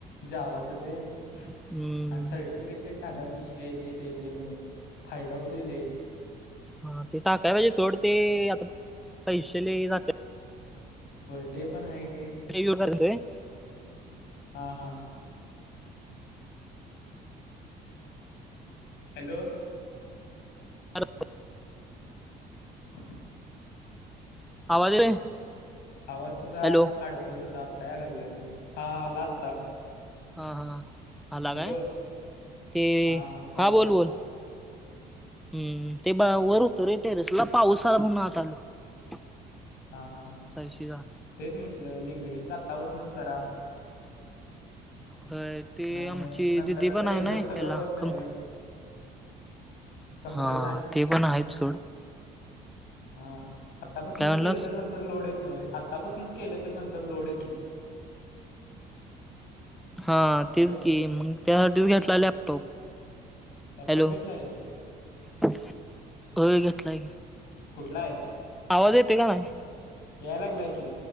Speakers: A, on the left; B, in the centre.
A: जावाच ते आणि
B: हम्म
A: सर्टिफिकेट टाका की हेे ते ते ते म्हणून फायदा होतोय लय.
B: हा ते टाकाय पाहिजे सोड ते आता पैशे लय जातेत.
A: होय ते पण आहे की.
B: <unintelligible> करतय.
A: हां हां हॅलो
B: अ <inaudible>
A: <inaudible>
B: आवाज येतोय?
A: आवाज तुझा
B: हॅलो
A: अडकळत होता आता याय लागलाय मण हा आला आत्ता.
B: हां हां आला
A: हॅलो
B: काय? ते
A: हा हा आत्ता
B: हां
A: आला
B: बोल बोल. हम्म ते ब वर होतो रे टेरेसला पाऊस आला म्हणून आता आलो. <inaudible>
A: हां हां
B: असा विषय झाला
A: तेच म्हंटल लिंगडींच आत्तापासनच करा.
B: होय ते
A: नाही
B: आमची
A: नंतर
B: दिदी
A: नंतर
B: पण आहे
A: एकदम
B: ना ह्याला
A: सगळं होत नाही
B: कम
A: रे कम्प्युटर
B: हां ते पण आहेत सोड.
A: हां आतापासनच
B: काय म्हणलास
A: केल तर नंतर तर लोड येत नाही रे आत्तापासूनच केल तर नंतर लोड येत नाही.
B: हां
A: हॅलो
B: तेच की मग त्यासाठीच घेतला लॅपटॉप.
A: लॅपटॉप
B: हॅलो
A: घेतलायस
B: होय घेतलाय की.
A: कुठलाय.
B: आवाज येतोय का नाही?
A: याय लागलाय कि,